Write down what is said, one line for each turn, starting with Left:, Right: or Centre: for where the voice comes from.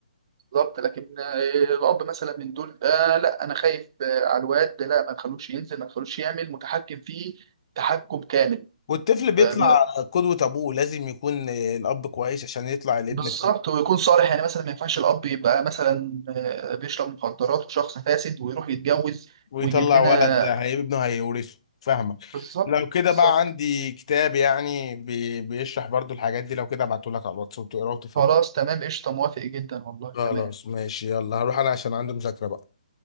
Right: بالظبط لكن آه، الاب مثلا من دول آه لا انا خايف آه، على الواد ده، لا ما تخلوش ينزل ما تخلوش يعمل متحكم فيه تحكم كامل
Left: والطفل بيطلع
Right: آه، ما-
Left: قدوة ابوه لازم يكون آه، الاب كويس عشان يطلع الابن
Right: بالظبط ويكون صالح يعني مثلا ما ينفعش الاب يبقى مثلا آه، بيشرب مخدرات وشخص فاسد ويروح يتجوز
Left: ويطلع
Right: ويجيب لنا
Left: ولد هيبقى ابنه هيورثه فاهمك
Right: بالظبط
Left: لو كده
Right: بالظبط
Left: بقى عندي كتاب يعني بي- بيشرح برضو الحاجات دي لو كده ابعته لك على الواتس وتقراه وتفهمه
Right: خلاص تمام قشطه موافق جدا والله
Left: خلاص
Right: تمام
Left: ماشي يلا هروح انا عشان عندي مذاكرة بقى